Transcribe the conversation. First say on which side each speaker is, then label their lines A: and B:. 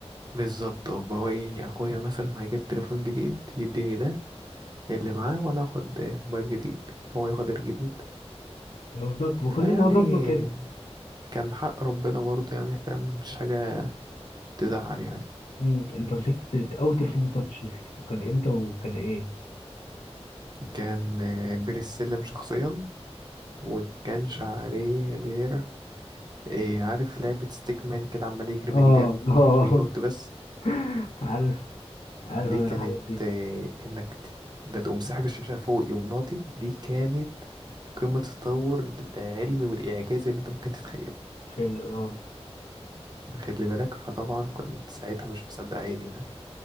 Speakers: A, on the right; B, on the left.
A: بالظبط اللي هو إيه أخويا مثلا هيجيب تليفون جديد يديني ده اللي معاه وأنا آخد موبايل جديد هو ياخد الجديد
B: بالظبط ما
A: فيعني
B: كل معظمنا كده
A: كان حق ربنا برضه يعني فاهم مش حاجة تزعل يعني
B: مم. انت مسكت تلت- اول تليفون تاتش مسكته كان امتى وكان ايه
A: كان بير السلم شخصيا وكانش عليه غير إيه عارف لعبة ستيك مان كده عمال يجري من
B: اه
A: جنب
B: اه
A: وبينط بس
B: <laughs> عارف عارف
A: دي
B: انا
A: كانت
B: الحاجات دي
A: إيه إنك ت- ده تقوم ساحب الشاشة فوق يقوم ناطط دي كانت قمة التطور العلمي والإعجاز اللي أنت ممكن تتخيله
B: في ال- اه
A: خد لي بالك فطبعا كنت ساعتها مش مصدق عيني يعني